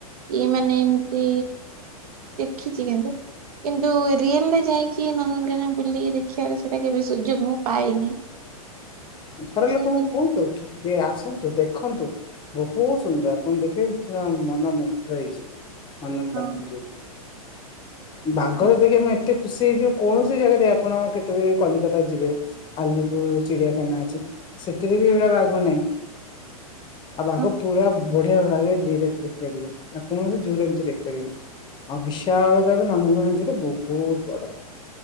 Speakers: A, on the right (about 75°); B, on the left (about 25°).
A: ଇ ମାନେ ଏମିତି ଦେଖିଛି କିନ୍ତୁ। କିନ୍ତୁ ରିଅଲରେ ଯାଇକି ନନ୍ଦନକାନନ ବୁଲିକି ଦେଖିବାର ସେଇଟା କେବେ ସୁଯୋଗ ମୁଁ ପାଇନି। <inaudible>
B: ଘର ଲୋକଙ୍କୁ
A: କି
B: କୁହନ୍ତୁ ଟିକେ ଆସନ୍ତୁ ଦେଖନ୍ତୁ। ବୋହୁତ ସୁନ୍ଦର ଆପଣ ଦେଖିବେ ପୁରା ମନ ମୁୁଗ୍ଧ ହେଇଯିବ। ନନ୍ଦନକାନନ
A: ହଁ
B: ଯୁ କୁ ଉଁ ବାଘ
A: ହଁ।
B: କୁ ଦେଖିବା ପାଇଁ ଏତେ ଖୁସି ହେଇଯିବେ କୌଣସି ଜାଗାରେ ଆପଣ କେତେବେଳେ କଲିକତା ଯିବେ ଆଲିପୁର ଚିଡ଼ିଆ ଖାନା ଅଛି ସେଥିରେ ବି ଏଭଳିଆ ବାଘ ନାହିଁ। ଆଉ ବାଘ
A: ହଁ
B: ପୁରା ବଢ଼ିଆ ଭାବେ ଡିରେକ୍ଟ ଦେଖିପାରିବେ ଆପଣ କୌଣସି ଯୁ ରେ ଏମିତି ଦେଖିପାରିବେନି। ଆଉ ବିଶାଳ <unintelligible> ନନ୍ଦନ ଯୁ ତ ବୋହୁତ ବଡ଼।